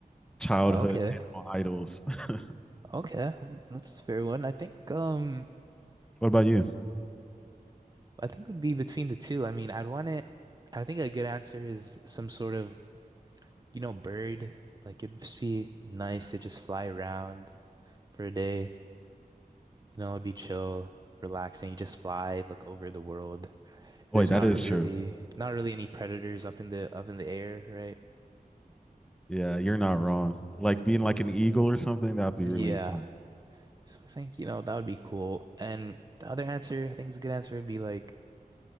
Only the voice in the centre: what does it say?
childhood
animal idols. <laughs>
what about you?
Oh,
Wait, that
is
true.
Yeah, you're not wrong. Like being like an eagle or something, that'd be
really fun.